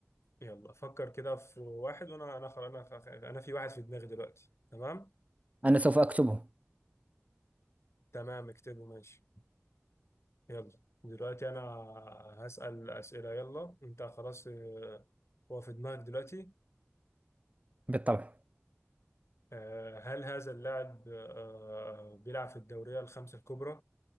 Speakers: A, on the left; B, on the right.
A: يلا فكر كده في واحد وانا انا خلاص انا خ- انا في واحد في دماغي دلوقتي تمام
B: أنا سوف أكتبه
A: تمام اكتبه ماشي يلا دلوقتي انا هسأل أسئلة يلا انت خلاص آه، هو في دماغك دلوقتي
B: بالطبع
A: آه، هل هذا اللاعب آه، بيلعب في الدورية الخمسة الكبرى